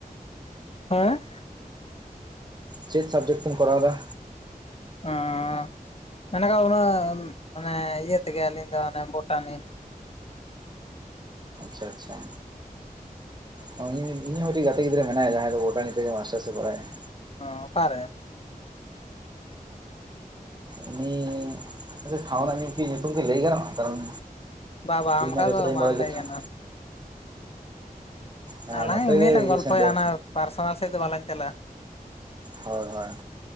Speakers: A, on the left; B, on the right.
A: ᱦᱮᱸ
B: ᱪᱮᱫ ᱥᱟᱵᱡᱮᱠᱴ ᱛᱮᱢ ᱠᱚᱨᱟᱣ ᱮᱫᱟ?
A: ᱚᱻ <unintelligible> ᱚᱱᱟᱻ ᱢᱟᱱᱮ ᱤᱭᱟᱹ ᱛᱮᱜᱮ ᱟᱹᱞᱤᱧ ᱫᱚ ᱚᱱᱮ ᱵᱳᱴᱟᱱᱤ।
B: ᱟᱪᱪᱷᱟ ᱟᱪᱷᱟ। ᱚ ᱤᱧ ᱦᱚᱸ ᱤᱧ ᱦᱚᱸ ᱢᱤᱫᱴᱤᱡ ᱜᱟᱛᱮ ᱜᱤᱫᱽᱨᱟᱹ ᱢᱮᱱᱟᱭᱟ ᱡᱟᱦᱟᱸᱭ ᱫᱚ ᱵᱳᱴᱟᱱᱤ ᱛᱮᱜᱴ ᱢᱟᱥᱴᱟᱨᱥ ᱮ ᱠᱚᱨᱟᱶᱮᱜ-ᱟ।
A: ᱚ ᱚᱠᱟ ᱨᱮ?
B: ᱩᱱᱤᱻ ᱟᱪᱪᱷᱟ ᱴᱷᱟᱶ ᱨᱮᱱᱟᱜ ᱠᱤ ᱧᱩᱛᱩᱢ ᱠᱤ ᱞᱟᱹᱭ ᱜᱟᱱᱚᱜᱼᱟ ᱠᱟᱨᱚᱱ
A: ᱵᱟ ᱵᱟ
B: ᱤᱧ
A: ᱚᱱᱠᱟ
B: ᱢᱟ ᱡᱚᱛᱚᱴᱟᱧ
A: ᱫᱚ ᱵᱟᱝ
B: ᱵᱟᱲᱟᱭ
A: ᱞᱟᱹᱭ
B: ᱜᱮ ᱛᱟᱦᱮᱸᱫ
A: ᱜᱟᱱᱚᱜᱼᱟ
B: ᱦᱮᱸ
A: ᱟᱞᱟᱝ
B: ᱱᱚᱛᱮ
A: ᱮᱢᱱᱤᱞᱟᱝ
B: ᱜᱮ ᱤᱭᱟᱹ
A: ᱜᱚᱞᱯᱷᱚᱭᱟ
B: ᱥᱮᱱ ᱨᱮ
A: ᱚᱱᱟ ᱯᱟᱨᱥᱚᱱᱟᱞ ᱥᱮᱫ ᱫᱚ ᱵᱟᱞᱟᱝ ᱪᱟᱞᱟᱜᱼᱟ।
B: ᱦᱳᱭ ᱦᱳᱭ।